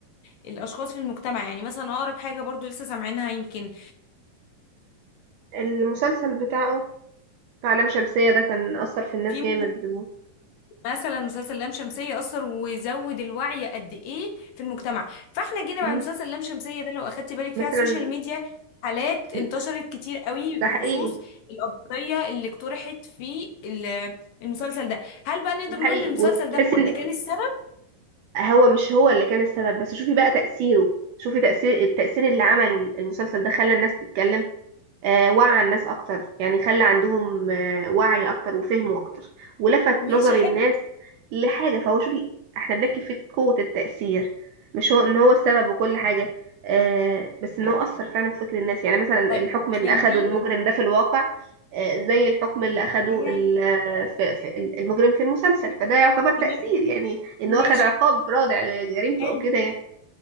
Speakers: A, on the left; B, on the right.
A: الاشخاص في المجتمع يعني مثلا اقرب حاجه برضو لسه سامعينها يمكن
B: المسلسل بتاعه عالم شمسية ده كان أثر في الناس
A: في
B: جامد
A: ممكن مثلا مسلسل لام شمسيه اثر ويزود الوعي قد ايه في المجتمع فاحنا جينا
B: مم.
A: بعد مسلسل لام شمسيه ده لو اخدتي بالك فيه
B: مثلا
A: على السوشيال ميديا حالات
B: ال-
A: انتشرت كتير قوي بخصوص
B: ده حقيقي
A: القضيه اللي اقترحت في ال- المسلسل ده هل بقى نقدر
B: ده
A: نقول
B: حقيقي
A: ان المسلسل
B: وتحس
A: ده هو اللي
B: ان
A: كان السبب
B: هو مش هو اللي كان السبب بس شوفي بقى تأثيره شوفي تأثير التأثير اللي عمله المسلسل ده خلى الناس تتكلم آه، وعى الناس اكتر يعني خلى عندهم آه، وعي اكتر وفهم اكتر ولفت
A: ماشي
B: نظر
A: حلو
B: الناس لحاجه فهو شوفي احنا بنحكي في قوه التاثير مش هو ان هو السبب وكل حاجه آه، بس ان هو اثر فعلا في فكر الناس يعني مثلا
A: طيب
B: الحكم اللي
A: خليني
B: اخده المجرم ده في الواقع آه، زي الحكم اللي اخده
A: تمام
B: ال- آه، في- في المجرم في المسلسل فده يعتبر تاثير
A: تمام
B: يعني ان
A: ماشي
B: هو اخد عقاب رادع لجريمته
A: حلو
B: او كده يعني